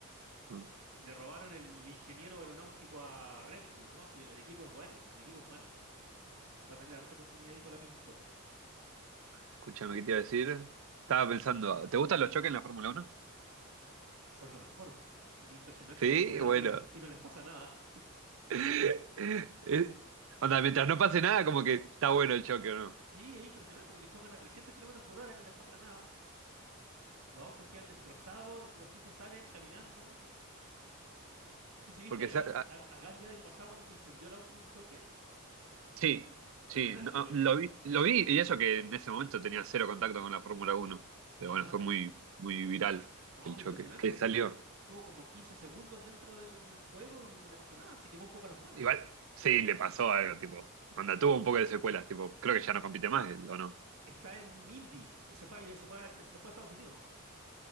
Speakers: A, on the right (about 65°); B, on the right (about 80°).
A: Mm.
B: Le robaron el ingeniero aeronáutico a Red Bull, ¿no? Si el, el equipo es bueno, el equipo es bueno. Va a tener harta oportunidad ahí con la Pinto.
A: Escúchame, ¿qué te iba a decir? Estaba pensando, ¿te gustan los choques en la Fórmula Uno?
B: Son lo mejor, po. Es impresionante
A: Sí,
B: cómo se dan
A: bueno.
B: y no les, y no les pasa nada.
A: <laughs> Es- Anda, mientras no pase nada, como que está bueno el choque, ¿no?
B: Sí, es impresionante porque chocan a 300 kilómetros por hora y no les pasa nada. Los autos quedan destrozados, los tipos salen caminando. No sé si viste
A: Porque
B: a, Gas-
A: se- ah,
B: a, a Gasly el año pasado cuando se incendió el auto en un choque.
A: sí,
B: Impresionante,
A: sí, no,
B: porque-
A: lo vi, lo vi, y eso que en ese momento tenía cero contacto con la Fórmula Uno, Pero
B: Ajá.
A: bueno, fue muy, muy viral
B: No,
A: el
B: fue
A: choque.
B: impresionante,
A: Que
B: pues
A: salió.
B: tuvo como 15 segundos dentro del fuego y no le pasó nada. Se quemó un poco las manos,
A: Igual,
B: ¿no?
A: sí, le pasó algo, tipo. Anda, tuvo un poco de secuelas, tipo, creo que ya no compite más él, ¿o no?
B: Está en Indy. Se fue, ahí- se fue, a- se fue a Estados Unidos.